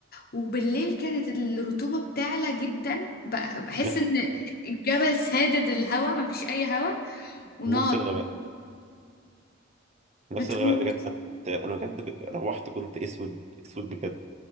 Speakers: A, on the left; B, on the right.
A: وبالليل كانت الرطوبة بتعلى جدا ب- بحس
B: نفس
A: ان الجبل سادد الهوا مفيش اي هوا ونار
B: نفس الغباء نفس
A: بتقول
B: الغباء بجد أنا بجد روحت كنت أسود أسود بجد